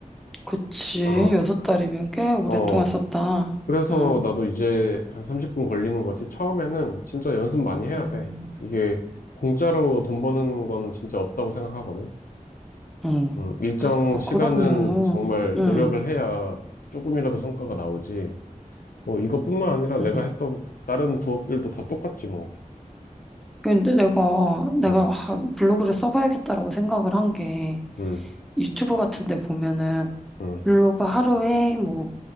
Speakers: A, in the centre; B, on the left.
A: 그치.
B: 어,
A: 여섯 달이면 꽤 오랫동안
B: 어,
A: 썼다.
B: 그래서
A: 응,
B: 나도 이제 한 30분 걸리는 거지. 처음에는 진짜 연습 많이 해야
A: 응,
B: 돼. 이게 공짜로 돈 버는 건 진짜 없다고 생각하거든.
A: 응.
B: 음, 일정
A: 야,
B: 시간은
A: 그러면,
B: 정말
A: 응,
B: 노력을 해야 조금이라도 성과가 나오지. 뭐 이것뿐만 아니라 내가
A: 응.
B: 했던 다른 부업들도 다 똑같지 뭐.
A: 근데 내가, 내가
B: 응,
A: 아, 블로그를 써봐야겠다라고 생각을 한 게,
B: 응,
A: 유튜브 같은 데 보면은
B: 응,
A: 블로그 하루에 뭐